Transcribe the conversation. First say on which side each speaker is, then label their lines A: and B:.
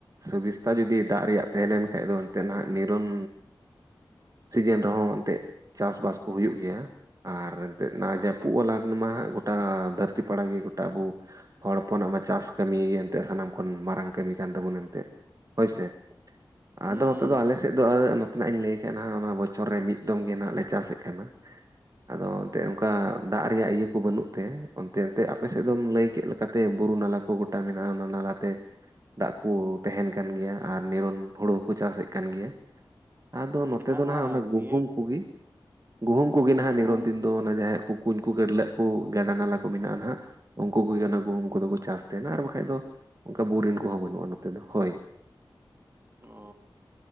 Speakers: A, on the right; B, on the right.
A: ᱥᱩᱵᱤᱥᱛᱟ ᱡᱩᱫᱤ ᱫᱟᱜ ᱨᱮᱭᱟᱜ ᱛᱟᱦᱮᱸ ᱞᱮᱱᱠᱷᱟᱡ ᱫᱚ ᱮᱱᱛᱮ ᱱᱟᱦᱟᱜ ᱱᱤᱨᱚᱱ ᱥᱤᱡᱮᱱ ᱨᱮᱦᱚᱸ ᱮᱱᱛᱮᱜ ᱪᱟᱥ ᱵᱟᱥ ᱠᱚ ᱦᱩᱭᱩᱜ ᱜᱮᱭᱟ᱾ ᱟᱨ ᱱᱚᱣᱟ
B: ᱦᱮᱸ
A: ᱡᱟᱹᱯᱩᱜ ᱵᱟᱞᱟ ᱨᱮᱱ ᱢᱟ ᱦᱟᱸᱜ ᱜᱳᱴᱟ ᱫᱷᱟᱹᱨᱛᱤ ᱯᱟᱲᱟ ᱜᱮ ᱜᱚᱴᱟ ᱵᱚ ᱦᱚᱲ ᱦᱚᱯᱚᱱᱟᱜ ᱢᱟ ᱪᱟᱥ ᱠᱟᱹᱢᱤ ᱜᱮ ᱮᱱᱛᱮ ᱥᱟᱱᱟᱢ ᱠᱷᱚᱱ ᱢᱟᱨᱟᱝ ᱠᱟᱹᱢᱤ ᱠᱟᱱ ᱛᱟᱵᱚᱱᱟ ᱮᱱᱛᱮ, ᱦᱳᱭ ᱥᱮ᱾
B: ᱦᱩᱸ
A: ᱟᱫᱚ ᱱᱚᱛᱮ ᱫᱚ ᱟᱞᱮ ᱥᱮᱫ ᱫᱚ ᱛᱤᱱᱟᱜ ᱤᱧ ᱞᱟᱹᱭ ᱠᱟᱱᱟ ᱵᱚᱪᱷᱚᱨ ᱨᱮ ᱢᱤᱫ ᱫᱚᱢ ᱜᱮ ᱱᱟᱜ ᱞᱮ ᱪᱟᱥᱮᱫ ᱠᱟᱱᱟ᱾ ᱟᱫᱚ ᱮᱱᱛᱮ ᱚᱱᱠᱟ ᱫᱟᱜ ᱨᱮᱭᱟᱜ ᱤᱭᱟᱹ ᱠᱚ ᱵᱟᱹᱱᱩᱜ ᱛᱮ ᱚᱱᱛᱮ ᱮᱱᱛᱮ ᱟᱯᱮᱥᱮᱫ ᱫᱚᱢ ᱞᱟᱹᱭ ᱠᱮᱫ ᱞᱮᱠᱟ᱾ ᱛᱮ ᱵᱩᱨᱩ ᱱᱟᱞᱟ ᱠᱚ ᱜᱚᱴᱟ ᱢᱮᱱᱟᱜ-ᱟ ᱚᱱᱟ ᱱᱟᱞᱟ ᱛᱮ ᱫᱟᱜ ᱠᱚ ᱛᱟᱦᱮᱱ ᱠᱟᱱ ᱜᱮᱭᱟ᱾ ᱟᱨ ᱱᱤᱨᱚᱱ ᱦᱳᱲᱳ ᱦᱚᱸᱠᱚ ᱪᱟᱥᱮᱫ ᱠᱟᱱ ᱜᱮᱭᱟ᱾ ᱟᱫᱚ ᱱᱚᱛᱮ
B: ᱦᱮᱸ
A: ᱫᱚ ᱱᱟᱦᱟᱜ ᱚᱱᱟ ᱜᱩᱦᱩᱢ
B: ᱤᱭᱟᱹ
A: ᱠᱩᱜᱮ, ᱜᱩᱦᱩᱢ ᱠᱩᱜᱮ ᱱᱟᱦᱟᱜ
B: ᱜᱩᱦᱩᱢ
A: ᱱᱤᱨᱚᱱ ᱫᱤᱱ ᱫᱚ᱾ ᱫᱚ ᱚᱱᱟ ᱡᱟᱦᱟᱸᱟᱭᱟᱜ ᱠᱩ-ᱠᱩᱧ ᱠᱚ ᱠᱟᱰᱞᱟᱹᱜ ᱠᱚ ᱜᱟᱰᱟ ᱱᱟᱞᱟ ᱠᱚ ᱢᱮᱱᱟᱜᱼᱟ ᱱᱟᱦᱟᱜ, ᱩᱱᱠᱩ ᱠᱚᱜᱮ ᱚᱱᱟ ᱜᱩᱦᱩᱢ᱾ ᱩᱱᱠᱩ ᱫᱚᱠᱚ ᱪᱟᱥ ᱛᱟᱦᱮᱱᱟ, ᱟᱨ ᱵᱟᱠᱷᱟᱡ ᱫᱚ ᱚᱱᱠᱟ ᱵᱳᱨᱤᱝ ᱠᱚᱦᱚᱸ ᱵᱟᱹᱱᱩᱜᱼᱟ ᱱᱚᱛᱮ ᱫᱚ ᱦᱳᱭ᱾
B: ᱚᱻ